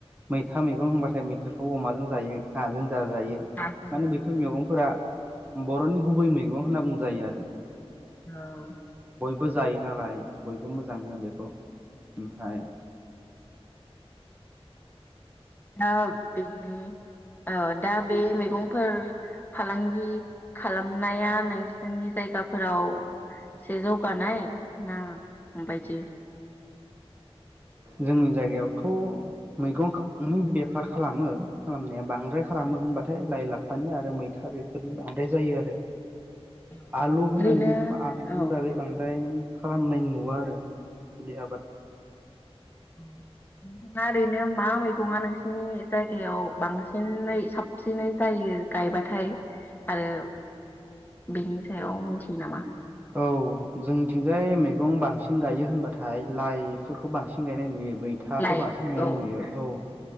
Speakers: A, on the right (about 15°); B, on the left (about 20°).
A: मैथा मैगं होनबाथाय मैथाखौ अमाजों जायो नाजों जा जायो
B: औ नाजों
A: माने
B: मोजां
A: बैफोर मैगंफोरा बर'नि गुबै मैगं होनना बुंजायो आरो
B: औ
A: माने बय बो जायो नालाय बयबो मोजां मोनो बेखौ ओमफाय
B: दा बे दिनो औ दा बे मैगंफोर फालांगि खालामनाया नोंसोरनि जायगा फोराव एसे जौगानाय ना माबायदि
A: जोंनि जायगायावथ' मैगंनि बेफार खालामो खालामनाया बांद्राय खालामो होनबाथाय लाइ लाफानि आरो मैथा बेफोरनि बांद्राय जायो आरो
B: ओरैनो
A: आलु होननानै बुंनो थांबा आलुनि
B: औ
A: बागै बांद्राय खालामनाय नुवा आरो बिदि आबाद
B: नोंथाङा ओरैनो मा मैगङा नोंसिनि जायगायाव बांसिनै साबसिनै जायो? गायबाथाय आरो बेनि सायाव मिथियो नामा?
A: औ जोंनिथिंजाय मैगं बांसिन गायो होनबाथाय लाइफोरखौ बांसिन गायनाय नुयो मैथाखौ
B: लाइ
A: बांसिनै
B: औ
A: नुयो औ।